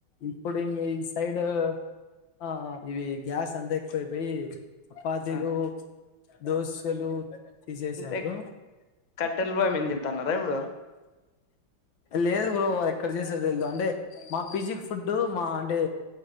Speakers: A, on the left; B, on the left.
A: ఇప్పుడు ఈ సైడ్ ఆ ఇవి గ్యాస్ అంతే పోయిపోయి చపాతీలు
B: ఆ
A: దోశలు తీసేసారు
B: అంటే కట్టెల పొయ్యి మీన తింటన్నారా ఇప్పుడు
A: లేదు బ్రో ఎక్కడ చేసారు తెలు అంటే మా పిజీ ఫుడ్ డు మా అంటే